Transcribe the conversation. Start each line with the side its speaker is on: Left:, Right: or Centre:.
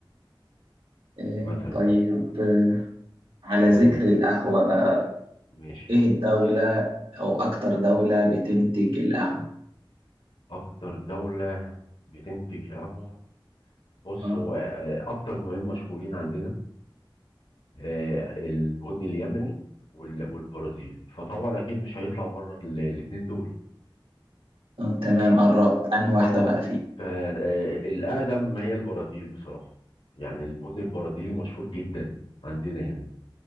Right: إيه
Left: مثلا
Right: طيب آه، على
Left: امم
Right: ذكر القهوة بقى
Left: ماشي
Right: إيه الدولة أو أكتر دولة بتنتج القهوة؟
Left: اكتر دولة بتنتج قهوة بص
Right: آه.
Left: هو آه، اكتر نوعين مشهورين عندنا آه، البني اليمني وال- والبرازيلي فطبعا اكيد مش هيطلع بره الاثنين دول
Right: آه تمام قربت أنهي واحدة
Left: اه
Right: بقى فيه؟
Left: فالاقدم هي البرازيل بصراحه يعني البني البرازيلي مشهور جدا عندنا هنا